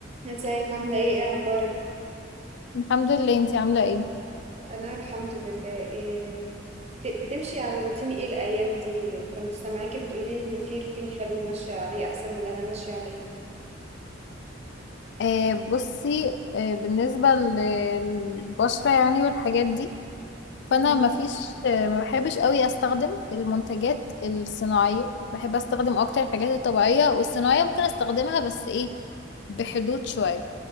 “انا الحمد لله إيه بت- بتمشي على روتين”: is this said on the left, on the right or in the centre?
Right